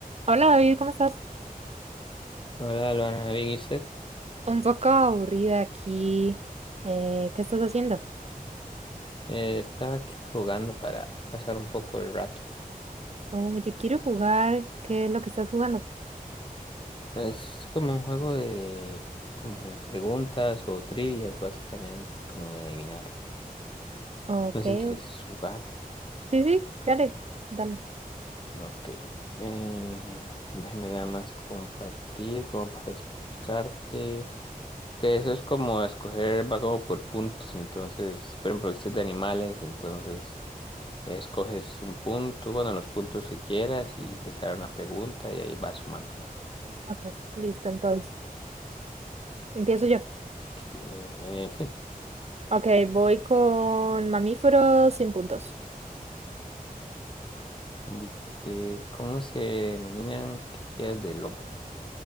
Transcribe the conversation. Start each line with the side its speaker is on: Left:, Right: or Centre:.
Right: Hola David, ¿cómo estás?
Left: Hola, Luana, bien, ¿y usted?
Right: Un poco aburrida aquí. Eh, ¿qué estás haciendo?
Left: Eh, estaba aquí jugando para pasar un poco el rato.
Right: Oh, yo quiero jugar. ¿Qué es lo que estás jugando?
Left: Es como un juego de como preguntas o trivias, básicamente, como de adivinar.
Right: Ok,
Left: No sé si quieres
Right: o-
Left: jugar.
Right: sí, sí, claro, dale.
Left: Ok. Eh, déjame nada más compartir, como para explicarte. Que eso es como escoger, va como por puntos. Entonces, por ejemplo, usted es de animales, entonces escoges un punto, bueno, los puntos que quieras y te sale una pregunta y ahí vas sumando.
Right: Ok, listo, entonces. Empiezo yo.
Left: Eh, sí,
Right: Ok, voy con mamíferos 100 puntos.
Left: dice, ¿cómo se denominan crías de lobo?